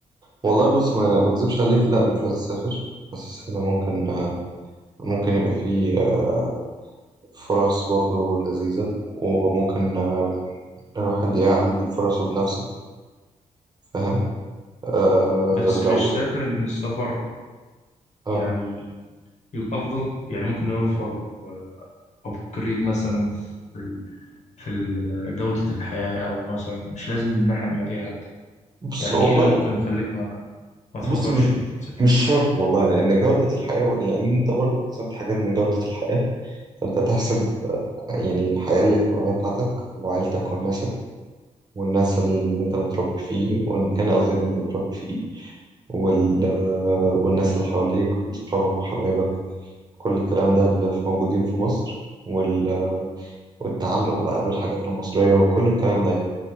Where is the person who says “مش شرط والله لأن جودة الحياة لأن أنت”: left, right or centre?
Right